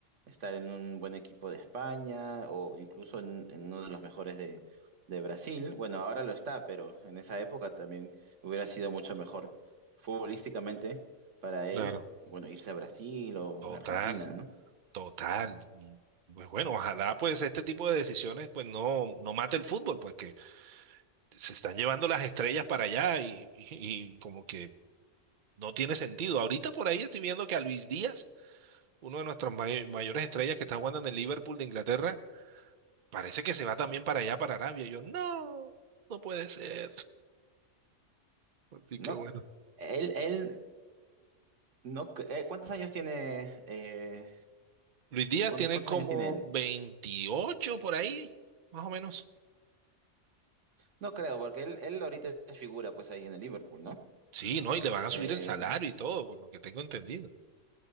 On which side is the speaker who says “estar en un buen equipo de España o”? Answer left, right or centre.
Right